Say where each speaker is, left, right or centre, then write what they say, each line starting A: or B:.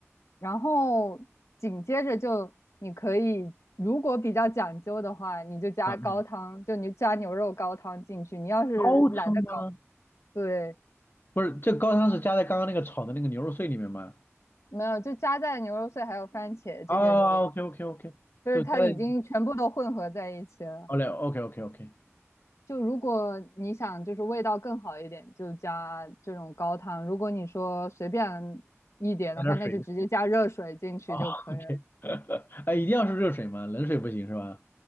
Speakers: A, on the left; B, on the left.
A: 然后紧接着就你可以，如果比较讲究的话，你就加高汤，
B: 啊嗯，
A: 就你加牛肉高汤进去。你要是懒得搞，
B: 高汤吗？
A: 对，
B: 不是，这高汤是加在刚刚那个炒的那个牛肉碎里面吗？
A: 没有，就加在牛肉碎还有番茄这些里面，
B: 啊，OK OK OK，
A: 就是它已经全部都混合在一起了。
B: 就加在，好嘞，OK OK OK，
A: 就如果你想就是味道更好一点，就加这种高汤；如果你说随便一点的话，
B: 加点水就
A: 那就直接加热水进去就可以了。
B: 好，OK，<laughs> 哎，一定要是热水吗？冷水不行是吧？